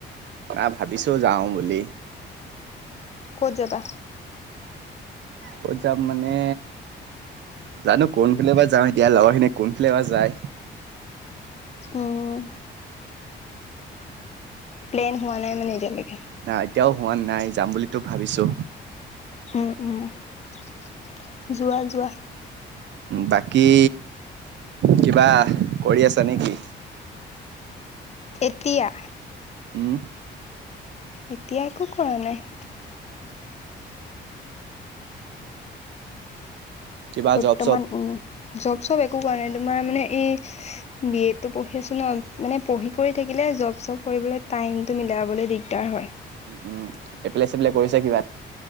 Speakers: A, on the right; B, on the left.
A: না ভাবিছো যাও বুলি
B: ক'ত যাবা?
A: ক'ত যাম মানে জানো কোনফালে পা যাওঁ এতিয়া লগৰ খিনি কোনফালে বা যায়?
B: উম। প্লেন হোৱা নাই মানে এতিয়ালেকে?
A: না এতিয়াও হোৱা নাই যাম বুলিতো ভাবিছো।
B: উম উম যোৱা যোৱা।
A: বাকী কিবা কৰি আছা নেকি?
B: এতিয়া
A: উম।
B: এতিয়া একো কৰা নাই।
A: কিবা
B: বৰ্তমান
A: জব চব
B: উম জব চব একো কোৱা নাই তোমাৰ মানে এই বি এ তো পঢ়ি আছো ন মানে পঢ়ি কৰি থাকিলে জব চব কৰিবলৈ টাইম টো মিলাবলৈ দিগ- দাৰ হয়।
A: উম উম এপ্লাই চেপ্লাই কৰিছে কিবাত।